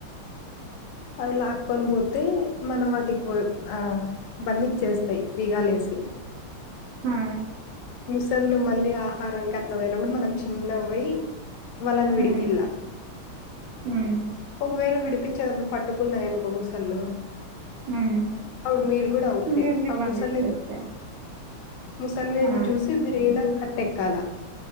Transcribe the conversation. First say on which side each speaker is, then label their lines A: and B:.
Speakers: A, on the right (about 75°); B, on the left (about 80°).
A: హ
B: అవి లాక్కొని పోతే మనం అటికిపోయి ఆ బందిచ్చేస్తాయి బిగాలేసి.
A: ఉమ్,
B: ముసళ్ళు మళ్ళీ ఆహారం కట్ల పోయినప్పుడు మనం చిన్న పోయి వాళ్ళన్ విడిపిల్ల.
A: ఉమ్, ఉమ్,
B: ఒకవేళ విడిపించేటపుడు పట్టుకున్నాయనుకో ముసల్లు.
A: ఉమ్.
B: అపుడు మీరు ఒకటే
A: నిన్ను
B: ఆ
A: బంధించేస్తే
B: ముస ముసలిని
A: ఆ,
B: చూసి విరిగిన కట్ట కల